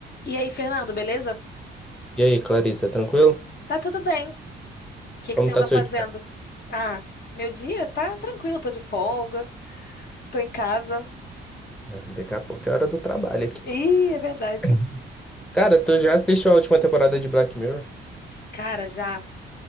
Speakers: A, on the left (about 55°); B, in the centre.
A: E aí, Fernando, beleza?
B: E aí, Clarissa, tranquilo?
A: Tá tudo bem. O que
B: Como
A: que você
B: tá
A: anda
B: seu
A: fazendo?
B: dia?
A: Ah, meu dia tá tranquilo, tô de folga, tô em casa.
B: Ah, Daqui a pouco é hora do trabalho aqui.
A: Ih, é verdade.
B: <laughs> Cara, tu já assistiu a última temporada de Black Mirror?
A: Cara, já.